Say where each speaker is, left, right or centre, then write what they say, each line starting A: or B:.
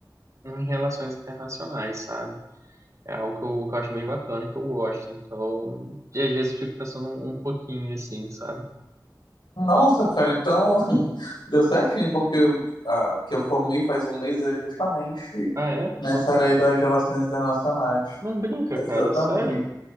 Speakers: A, on the right; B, on the left.
A: em relações internacionais, sabe? É algo que eu, que eu acho bem bacana e que eu gosto. Então, e às vezes eu fico pensando um, um pouquinho assim, sabe?
B: Nossa, cara, então <laughs> deu certinho, porque a que eu formei faz um mês é justamente
A: Ah, é?
B: nessa área aí das relações internacionais.
A: Não brinca,
B: Exatamente.
A: cara, sério?